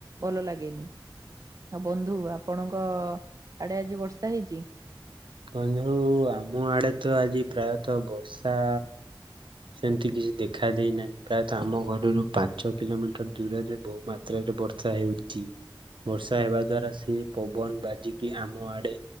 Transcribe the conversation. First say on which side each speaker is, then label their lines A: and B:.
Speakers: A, on the right; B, on the right.
A: ଭଲ ଲାଗେନି। ଆଉ ବନ୍ଧୁ ଆପଣଙ୍କ ଆଡେ ଆଜି ବର୍ଷା ହେଇଛି।
B: ବନ୍ଧୁ ଆମ ଆଡେ ତ ଆଜି ପ୍ରାୟତଃ ବର୍ଷା ସେମିତି କିଛି ଦେଖା ଦେଇନାହିଁ। ପ୍ରାୟତଃ ଆମ ଘରରୁ ପାଞ୍ଚ କିଲୋମିଟର ଦୂରରେ ବହୁ ମାତ୍ରାରେ ବର୍ଷା ହେଉଛି। ବର୍ଷା ହେବା ଦ୍ଵାରା ସେ ପବନ ବାଜିକି ଆମ ଆଡେ